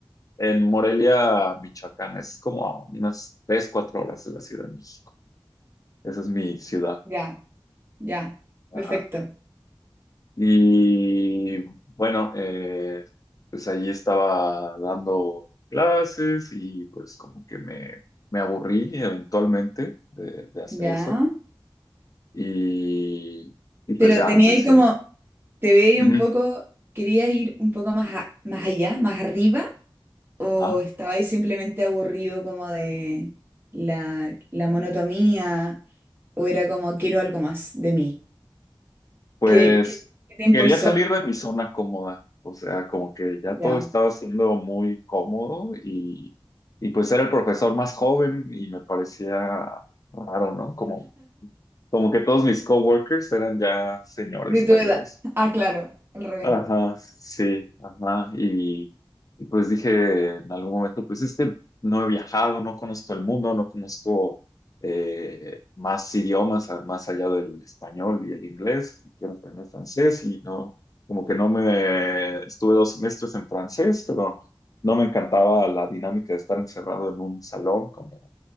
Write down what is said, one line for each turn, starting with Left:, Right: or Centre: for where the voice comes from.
Left: en Morelia, Michoacán. Es como a unas 3, 4 horas de la Ciudad de México. Esa es mi ciudad.
Right: Ya, ya, perfecto.
Left: Ajá. Y bueno, eh, pues allí estaba dando clases y pues como que me, me aburrí eventualmente de, de hacer
Right: Ya.
Left: eso. Y, y pues
Right: Pero
Left: ya
Right: tenía
Left: decidí.
Right: ahí como, te veía
Left: Ujú.
Right: un poco, ¿querías ir un poco más, a- más allá, más arriba? ¿O
Left: Ah,
Right: estabas ahí simplemente aburrido como de la, la monotonía? ¿O era como, quiero algo más de mí?
Left: pues
Right: ¿Qué, qué- qué te impulsó?
Left: quería salir de mi zona cómoda. O sea, como que ya todo
Right: Ya.
Left: estaba siendo muy cómodo y, y pues era el profesor más joven y me parecía raro, ¿no? Como Como que todos mis coworkers eran ya señores
Right: De tu
Left: mayores.
Right: edad. Ah, claro, al revés.
Left: Ajá, sí, ajá. Y, y pues dije en algún momento, pues es que no he viajado, no conozco el mundo, no conozco eh, más idiomas, a- más allá del español y el inglés. Quiero aprender francés y no, como que no me, estuve dos semestres en francés, pero no me encantaba la dinámica de estar encerrado en un salón, como